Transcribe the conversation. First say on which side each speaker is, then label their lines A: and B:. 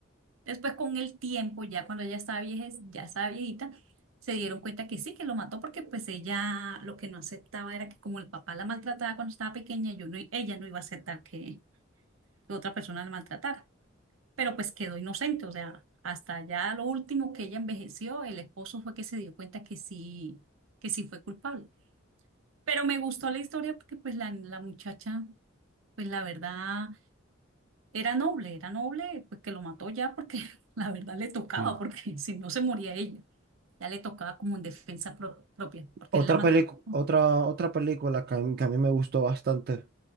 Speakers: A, on the right; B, on the right.
A: después con el tiempo, ya cuando ella estaba vieja, ya estaba viejita, se dieron cuenta que sí, que lo mató porque pues ella lo que no aceptaba era que como el papá la maltrataba cuando estaba pequeña, yo no, i- ella no iba a aceptar que, que otra persona la maltratara, pero pues quedó inocente, o sea, hasta ya lo último que ella envejeció, el esposo fue que se dio cuenta que sí, que sí fue culpable. Pero me gustó la historia porque pues la, la muchacha pues la verdad era noble, era noble, pues que lo mató ya porque <laughs> la verdad le tocaba,
B: Sí.
A: porque <laughs> si no se moría ella, ya le tocaba como en defensa pro- propia, porque
B: Otra
A: él la mató.
B: pelicu-
A: ¿no?
B: otra, otra película que a mí, que a mí me gustó bastante,